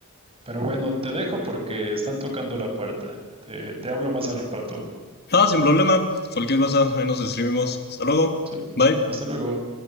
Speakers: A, on the right (about 25°); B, on the left (about 50°).
A: Pero bueno, te dejo porque están tocando la puerta. Te, te hablo más al rato.
B: Ah, sin problema, cualquier cosa, ahí nos escribimos. Hasta luego,
A: Sí.
B: bye.
A: Hasta luego.